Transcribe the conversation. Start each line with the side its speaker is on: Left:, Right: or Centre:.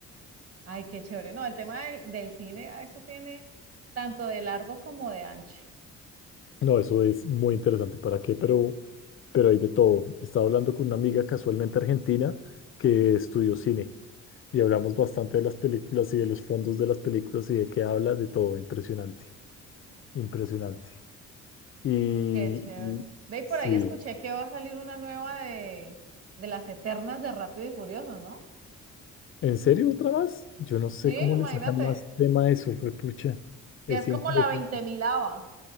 Right: Ay, qué chévere. No, el tema del, del cine, ah, eso tiene tanto de largo como de ancho.
Left: No, eso es muy interesante. ¿Para qué? Pero, pero hay de todo. Estaba hablando con una amiga casualmente argentina que estudió cine y hablamos bastante de las películas y de los fondos de las películas y de qué habla, de todo. Impresionante, impresionante. Y,
Right: Qué chévere.
Left: y
Right: Ve, y por
Left: sí,
Right: ahí escuché que va a salir una nueva de, de las Eternas de Rápido y Furioso, ¿no?
Left: ¿en serio otra vez? Yo no sé
Right: Sí,
Left: cómo
Right: imagínate,
Left: le sacan más tema a eso, fue pucha.
Right: ya
Left: Es
Right: es como
Left: impresionante.
Right: la veinte milava.